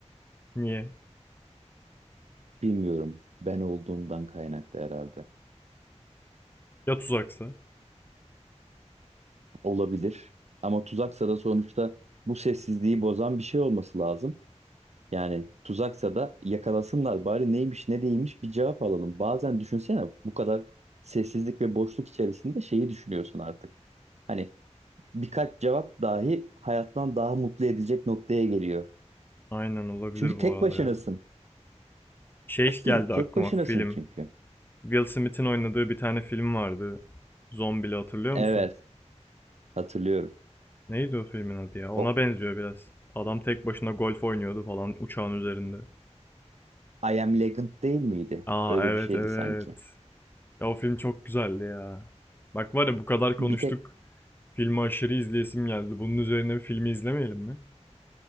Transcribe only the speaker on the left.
Niye?
Ya tuzaksa?
Aynen olabilir
bu arada
ya. Şey
geldi
aklıma
film.
Will Smith'in oynadığı bir tane film vardı. Zombili hatırlıyor
musun?
Neydi o filmin adı ya? Ona
benziyor biraz. Adam tek başına golf oynuyordu falan uçağın üzerinde.
Aa
evet
evet.
Ya o film çok güzeldi ya. Bak var ya bu kadar konuştuk.
Filmi aşırı izleyesim geldi. Bunun üzerine bir filmi izlemeyelim mi?